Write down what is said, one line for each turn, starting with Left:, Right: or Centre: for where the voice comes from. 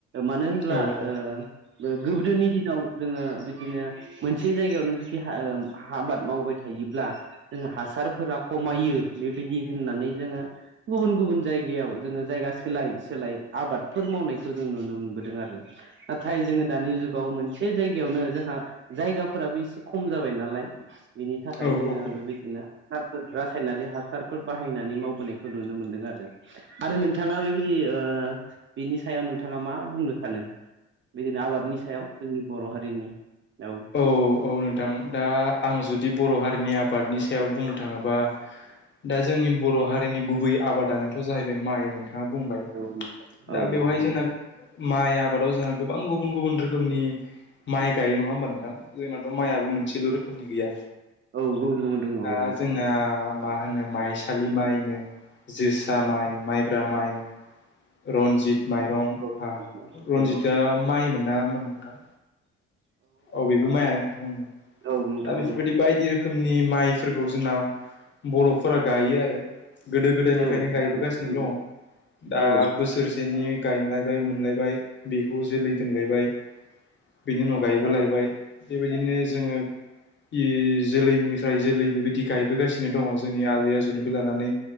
Right: मानो होनब्ला
Left: औ
Right: ओ गोदोनि दिनाव जोङो बिदिनो मोनसे जायगायावनो जुदि ओ आबाद मावबाय थायो योब्ला जोङो हासारफोरा खमायो बेबायदि होननानै जोङो गुबुन गुबुन जायगायाव जोङो जायगा सोलाय सोलाय आबादफोर मावनायखौ जों नुनो मोनबोदों आरो नाथाय जोङो दानि जुगाव मोनसे जायगायावनो जोंहा जायगाफोराबो एसे खम जाबाय नालाय लाय बिनि थाखाय
Left: औ
Right: जोङो
Left: औ
Right: बेबायदिनो हासारफोर रासायनारि हासारफोर बाहायनानै मावबोनायखौ खौ नुनो मोनदों आरो आरो नोंथाङा बेबायदि बिनि सायाव नोंथाङा मा बुंनो सानो बिदिनो आबादनि सायाव जोंनि बर हारिनि औ
Left: औ औ नोंथां दा आं जुदि बर हारिनि आबादनि सायाव बुंनो थाङोबा दा जोंनि बर हारिनि गुबै आबादानोथ जाहैबाय माइ नोंथां आ बुंबाय
Right: औ नंगौ औ
Left: दा बेवहाय
Right: नंगौ
Left: जोंना माइ आबादाव जोंहा गोबां गुबुन गुबुन रोखोमनि माइ गायो नङा होमबा नोंथां जोंनाथ माइआ मोनसेल रोखोमनि गैया
Right: औ गुबुन गुबुन दङ
Left: दा
Right: औ नोंथां
Left: जोंना
Right: औ
Left: मा होनो माइसालि माइनो जोसा माइ माइब्रा माइ रनजित माइरं
Right: औ
Left: रनजितआ
Right: औ
Left: माइ मोन ना मोनदा नोंथां औ बेबो माइयानो नोंथां
Right: औ नोंथां
Left: दा बेफोरबायदि बायदि रोखोम रोखोमनि माइफोरखौ जोंना बरफोरा गायो आरो गोदो गोदायनिफ्रायनो
Right: औ
Left: गायबोगासिनो
Right: नंगौ औ नंगौ
Left: दङ दा
Right: औ
Left: बोसोरसेनि गायनाय लायबाय मोनलायबाय बेखौ जोलै दोनलायबाय बेनि उन गायबोलायबाय बेबायदिनो जोङो इ जोलैनिफ्राय जोलै बेबायदि गायबोगासिनो दङ जोंनि आजै आजौनिबो लानानै